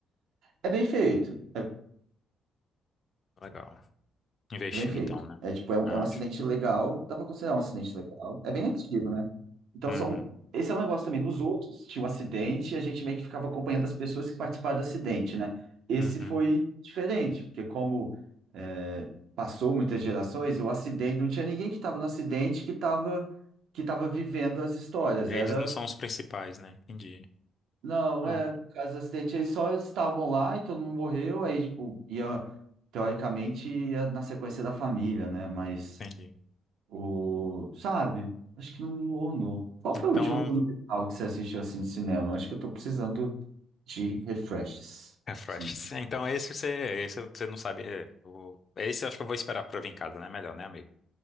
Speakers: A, on the right; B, on the left.
A: É bem feito. É
B: Legal. Investiu
A: bem feito.
B: então, né?
A: É tipo, é um,
B: Ah,
A: é um acidente
B: Acho.
A: legal. Dá pra considerar um acidente legal. É bem antigo, né? Então
B: Uhum,
A: são. Esse é um negócio também. Nos outros, tinha o acidente e a gente meio que ficava acompanhando as pessoas que participaram do acidente, né? Esse
B: uhum.
A: foi diferente, porque como é, passou muitas gerações, e o acidente, não tinha ninguém que estava no acidente que estava que estava vivendo as histórias.
B: Eles
A: Era
B: não são os principais, né? Entendi.
A: Não,
B: Ah,
A: é, por causa do acidente, eles só estavam lá e todo mundo morreu, aí, tipo, ia, teoricamente, ia na sequência da família, né? Mas,
B: entendi.
A: o, sabe? Acho que não ornou. Qual foi
B: Então,
A: o último filme musical que você assistiu, assim, de cinema? Acho que eu tô precisando de refreshes.
B: refresh.
A: Tô precisando.
B: Então esse você, esse você não sabe. é, o- Esse eu acho que eu vou esperar pra vir em casa, né? Melhor, né, amigo?